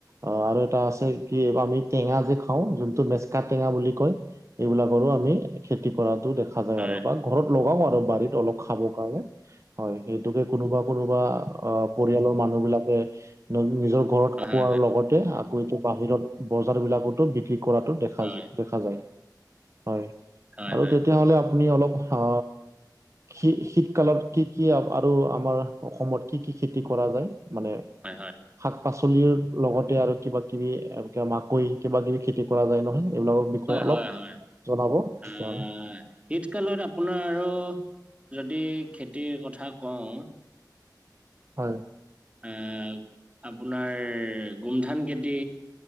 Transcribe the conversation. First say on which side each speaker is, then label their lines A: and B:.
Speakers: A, on the right (about 40°); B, on the right (about 15°).
A: অ আৰু এটা আছে কি আমি টেঙা যে খাওঁ, যোনটো মেচকা টেঙা বুলি কয়? এইবিলাকৰো আমি খেতি কৰাতো দে খা যায়
B: হয় হয়
A: আৰু বা ঘৰত লগাও আৰু বাৰীত অলপ খাব কাৰণে হয়, সেইটো কোনোবা কোনোবা অ পৰিয়ালৰ মানুহ বিলাকে দত নিজৰ ঘৰত
B: হয়
A: খোৱাৰ
B: হয় হয়
A: লগতে আকৌ এইটো বাহিৰত বজাৰবিলাকতো বিক্ৰী কৰাটো দেখা
B: হয়
A: যি দেখা যায়, হয়
B: হয়
A: আৰু
B: হয়
A: তেতিয়া হলে আ পুনি অলপ হা শী -শীতকালত কি কি আৰু আমাৰ অসমত কি কি খেতি কৰা যায় মানে?
B: হয় হয়।
A: শাক - পাচলিৰ লগতে আৰু কিবা - কিবি এনেকে মাকৈ কিবা - কিবি খেতি কৰা যায় নহয় নে? এইবিলাকৰ বিষয়ে অলপ
B: হয় হয়
A: জনাব তেতিয়াহ'লে?
B: আহ শীতকালত আপোনাৰ আৰু যদি খেতিৰ কথা কওঁ
A: হয়।
B: আ আপোনাৰ গোমধান খেতি,